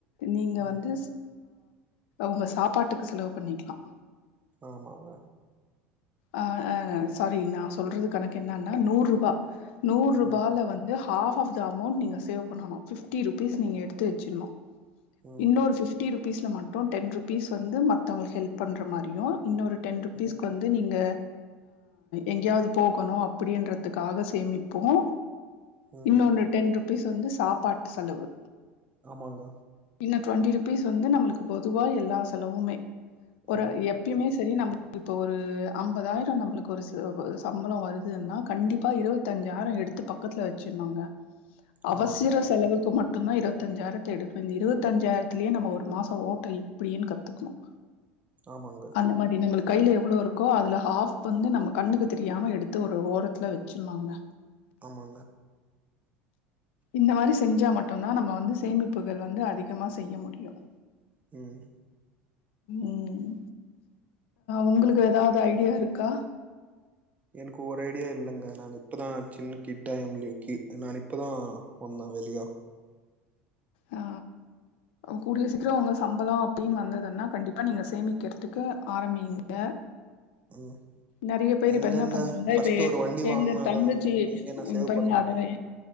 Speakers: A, on the left; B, on the right.
A: நீங்க
B: ம்.
A: வந்து உங்க சாப்பாட்டுக்கு செலவு பண்ணிக்கலாம்
B: ஆமாங்க
A: ஆ சாரி நான் சொல்றது கணக்கு என்னன்னா நூறு ரூபா நூறு ரூபால
B: ம்,
A: வந்து ஆஃப் ஆஃப்த அமௌண்ட் நீங்க சேவ் பண்ணனும் ஃபிப்டிருபீஸ் நீங்க எடுத்து வச்சுர்னும்
B: ம்,
A: இன்னொரு ஃபிப்டி ஃ பிப்டி ருபிஸ்ல மட்டும் டென் ருப்பீஸ் வந்து மத்தவங்களுக்கு ஹெல் பண்ற மாரியு இன்னொ டென் ருபீஸ்கு
B: ம்,
A: வந்து நீங்க எங்கயாவது போகணும் அப்டின்றதுக்காக சேமிப்போம்
B: ம்.
A: இன்னொன்னு டென் ருபீஸ் வந்து சாப்பாட்டு செலவு
B: ஆமாங்க
A: இன்ன டுவெண்டி ருபீஸ் வந்து நம்மளுக்கு பொதுவா எல்லா செலவுமே ஒரு
B: ம்.
A: எப் பியுமே செரி நம்ம இப்போ ஒரு அம்பதாயிரம் நம்மளுக்கு ஒரு சம்பளம் வருதுன்னா கண்டிப்பா இருபத்தி அஞ்சாயிரம் எடுத்து பக்கத்துல வச்ருனுங்க அவசர
B: ஆமாங்க,
A: செலவுக்கு மட்டும் தான் இருபத்தி பஞ்சாயிரத்தை எடுக்கனு இந்த இருபத்திஞ்சாயிரத்துலேயே நம்ம மாசம் ஓட்ட எப்டின்னு கத்துக்கணும்
B: ஆமாங்க,
A: அந்த மாதிரி நம்மளு கையில எவ்ளோ இருக்கோ அதில ஹாஃப் வந்து நம்ம கண்ணுக்கு தெரியாம எடுத்து ஒரு ஓரத்துல வச்சுருனுங்க
B: ஆமாங்க
A: இந்த மாதிரி செஞ்சா மட்டும்தான் நம்ம வந்து சேமிப்புகள் வந்து அதிகமா செய்ய முடியும்
B: ம்
A: ம் உங்களுக்கு ஏதாவது ஐடியா இருக்கா
B: எனக்கு ஒரு ஐடியா இல்லைங்க நான் இப்போ தான் சின்ன கிட்டா எம்ல கி நான் இப்போ தான் வந்தேன் வெளியா
A: ஆ கூடிய சீக்கரம் உங்களு சம்பளம் அப்டின்னு வந்ததுன்னா கண்டிப்பாக நீங்க சேமிக்கிறதுக்கு ஆரம்பிங்க
B: ம்
A: நெறைய பேர்
B: எங்கங்க
A: இப்ப என்ன பண்ணாங்கா
B: ஃபர்ஸ்ட்டு
A: இப்ப
B: ஒரு வண்டி
A: எங்க
B: வாங்குனாதாங்க
A: தங்கச்சி
B: எங்க நான் சேவ்
A: பாருங்க
B: பண்ண முடியும்.
A: அதனை